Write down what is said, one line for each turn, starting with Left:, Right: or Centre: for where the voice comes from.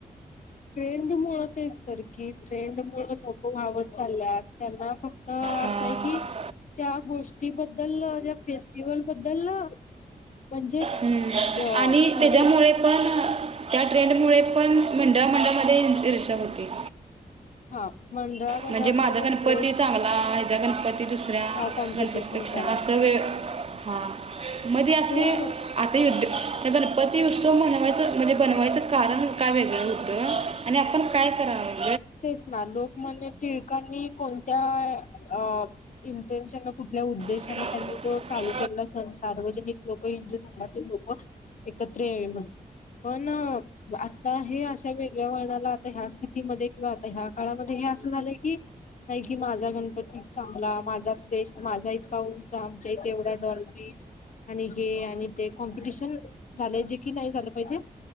Left: ट्रेंड मुळच तेच तर की ट्रेंड मुळं लोकं वहावत चालल्यात. त्यांना फक्त असं
Right: हां
Left: आहे की. त्या गोष्टीबद्दल व फेस्टिवल बद्दल म्हणजे.
Right: हम्म.
Left: तर
Right: आणि
Left: पहिले.
Right: त्याच्यामुळे पण त्या ट्रेंड मुळे पण मंडळा मंडळामध्ये इन ईर्शा होते
Left: हां, मंडळा मंडळामध्ये
Right: म्हणजे माझा
Left: पण
Right: गणपती
Left: द्वेष
Right: चांगला हेचा गणपती दुसऱ्या
Left: हा कॉम्पिटिशन
Right: गणपती. पेक्षा
Left: चालू
Right: असं
Left: होतं.
Right: वेळ हा मध्ये असे
Left: तर
Right: आता युद्ध. त्या गणपती उत्सव म्हनवायचं म्हणजे बनवायचं कारण काय वेगळं होतं आणि आपण काय करालोय.
Left: तेच ना लोकमान्य टिळकांनी कोणत्या अ. इंटेनशन ने कुठल्या उद्देशाने
Right: हां
Left: त्यांनी तो चालू केलेला सन सार्वजनिक लोक. हिंदू धर्मातील लोक एकत्र यावे म्हणून पण आता हे असं. या वेगळ्या वळनाला आता ह्या स्थितीमध्ये किंवा आता ह्या काळामध्ये हे असं झालंय की. नाही की माझा गणपतीच चांगला माझा श्रेष्ठ माझा इतका उंच आमच्या इथे एवढ्या डॉलबीच. आणि हे आणि ते कॉम्पिटिशन. झालं जे की नाही झालं पाहिजे